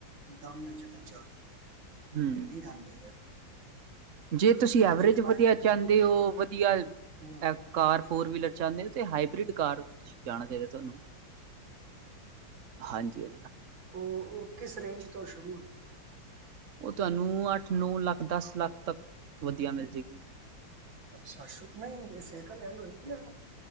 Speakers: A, on the right; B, on the right.
A: ਦਮ ਇਚ ਨਈ ਚੱਲਦੀ।
B: ਹਮ
A: ਹਿਲੀ ਜਾਂਦੀ ਹੈ।
B: ਜੇ
A: ਤੇ
B: ਤੁਸੀਂ ਐਵਰੇਜ
A: ਜੇ
B: ਵਧੀਆ
A: ਬਾਈ
B: ਚਾੰਦੇ ਔ, ਵਧੀਆ
A: ਹੂੰ
B: ਐ ਕਾਰ ਫੋਰ ਵੀਲਰ ਚਾੰਦੇ ਨੇ ਤੇ ਹਾਈਬ੍ਰਿਡ ਕਾਰ ਜਾਣਾ ਚਾਹੀਦੈ ਤੁਹਾਨੂੰ। ਹਾਂਜੀ। ਜੇ
A: ਔ ਔ ਕਿਸ ਰੇਂਜ ਤੋਂ ਸ਼ੁਰੂ ਹੁੰਦੀ ਐ?
B: ਔ ਤੁਹੈਨੂੰ ਅੱਠ ਨੌ ਲੱਖ ਦਸ ਲੱਖ ਤੱਕ। ਵਧੀਆ ਮਿਲ ਜਾਏਗੀ
A: ਅੱਛਾ, ਸ਼ੁ ਨਹੀਂ ਸੈਕਲ ਹੈਂਡ ਹੋਏਗੀ ਯਾ